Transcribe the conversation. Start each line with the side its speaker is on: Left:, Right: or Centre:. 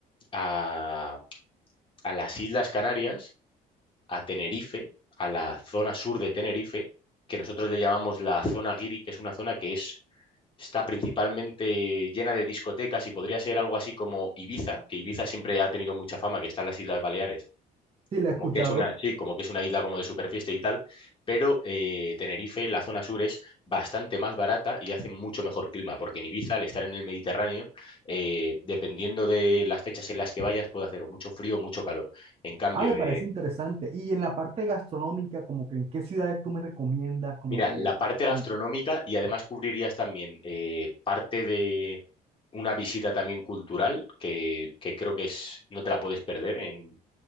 Left: a, a las Islas Canarias a Tenerife, a la zona sur de Tenerife, que nosotros le llamamos la zona Guiri, que es una zona que es, está principalmente llena de discotecas y podría ser algo así como Ibiza, que Ibiza siempre ha tenido mucha fama, que está en las Islas Baleares,
Right: sí la
Left: como
Right: he escuchado.
Left: que es una, sí, como que es una isla como de superfiesta y tal, pero eh, Tenerife, la zona sur, es bastante más barata y hace mucho mejor clima, porque en Ibiza, al estar en el Mediterráneo, eh, dependiendo de las fechas en las que vayas, puede hacer o mucho frío o mucho calor. En cambio,
Right: Ah, me
Left: eh,
Right: parece interesante. Y en la parte gastronómica, como que en qué ciudades tú me recomiendas, como
Left: Mira,
Right: que
Left: la parte gastronómica
Right: con-
Left: y además cubrirías también eh, parte de una visita también cultural que, que creo que es, no te la puedes perder en,